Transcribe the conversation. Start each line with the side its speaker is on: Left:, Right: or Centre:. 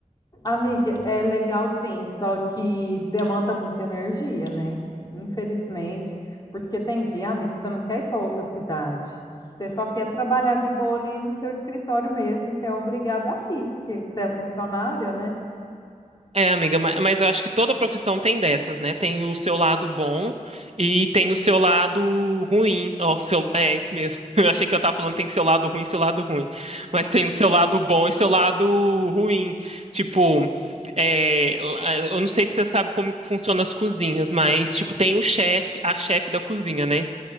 Left: Amiga, é legal sim, só que demanda muita energia, né? Infelizmente, porque tem dia, amiga, que você não quer ir para outra cidade. Você só quer trabalhar de boa ali no seu escritório mesmo, e você é obrigada a ir, porque você é funcionária, né?
Right: É, amiga, ma- mas eu acho que toda profissão tem dessas, né? Tem o seu lado bom e tem o seu lado ruim. Ó, seu- é, isso mesmo. <laughs> Eu achei que eu tava falando tem seu lado ruim, seu lado ruim. Mas tem o seu lado bom e seu lado ruim. Tipo, é, lá- eu não sei se você sabe como funcionam as cozinhas, mas, tipo, tem o chefe, a chefe da cozinha, né?